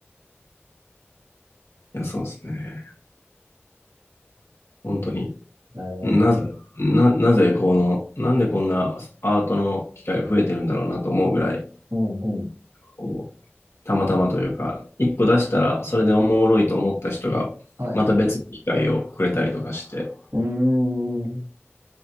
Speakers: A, on the left (about 80°); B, on the right (about 75°).
A: いや、そうですね。本当に。
B: えー、
A: なぜ、な、なぜこの、なんでこんなアートの機会が増えてるんだろうなと思うぐらい、
B: うんうん。
A: こう、たまたまというか、一個出したらそれでおもろいと思った人が、
B: はい。
A: また別の機会をくれたりとかして、
B: うーん、